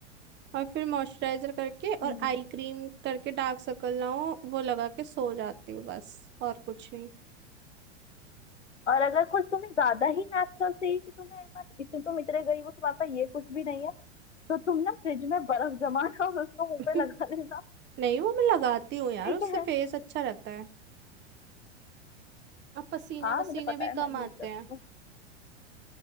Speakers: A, on the right (about 30°); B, on the left (about 85°).
A: और फिर मॉइस्चराइजर करके और
B: हम्म
A: आई क्रीम करके डार्क सर्कल ना हो वो लगा के सो जाती हूँ बस और कुछ नहीं
B: और अगर कुछ तुम्हें ज्यादा ही नेचुरल चाहिए कि तुम्हें बस इससे तुम इतने गरीब हो तुम्हारे पास ये कुछ भी नहीं है तो तुम ना फ्रिज में बर्फ जमाना <laughs> और उसको मुंह
A: <laughs>
B: पे लगा लेना
A: नहीं वो मैं लगाती हूँ यार
B: ठीक
A: उससे
B: है
A: फेस अच्छा रहता है और पसीने
B: हाँ
A: वसीने
B: मुझे पता
A: भी
B: है मैं
A: कम
B: भी
A: आते
B: यूज करती
A: हैं
B: हूँ